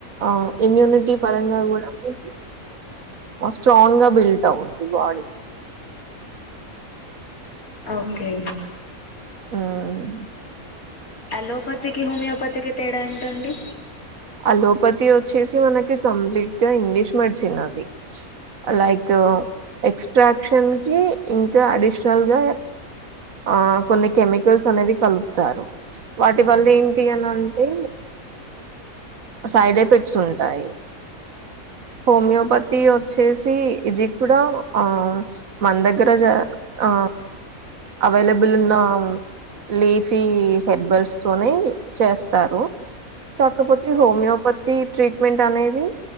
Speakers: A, on the right (about 75°); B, on the left (about 85°).
A: ఆ ఇమ్యూనిటీ పరంగా కూడా మన స్ట్రాంగ్ గా బిల్డ్ అవుద్ది బాడీకి
B: ఓకే
A: హ్మ్
B: అలోపతికి హోమియోపతికి తేడా ఏంటండి
A: అలోపతి వచ్చేసి మనకి కంప్లీట్ గా ఇంగ్లీష్ మెడిసిన్ అది లైక్ ఎక్స్ట్రాక్షన్ కి ఇంకా అడిషనల్ గా ఆ కొన్ని కెమికల్స్ అనేవి కలుపుతారు వాటి వల్ల ఏంటి అని అంటే సైడ్ ఎఫెక్ట్స్ ఉంటాయి హోమియోపతి వచ్చేసి ఇది కూడా ఆ మన దగ్గర జ ఆ అవైలబుల్ ఉన్నా లీఫీ హెడ్బల్స్ తోనే చేస్తారు కాకపోతే హోమియోపతి ట్రీట్మెంట్ అనేది